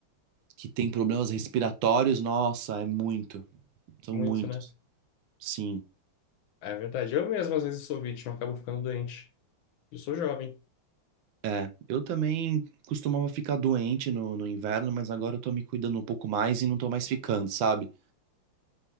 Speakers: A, on the right; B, on the left.
A: que tem problemas respiratórios, nossa, é muito. São
B: muito,
A: muitos.
B: né?
A: Sim.
B: É verdade. Eu mesmo às vezes sou vítima, acabo ficando doente. Eu sou jovem.
A: É. Eu também costumava ficar doente no, no inverno, mas agora eu tô me cuidando um pouco mais e não tô mais ficando, sabe?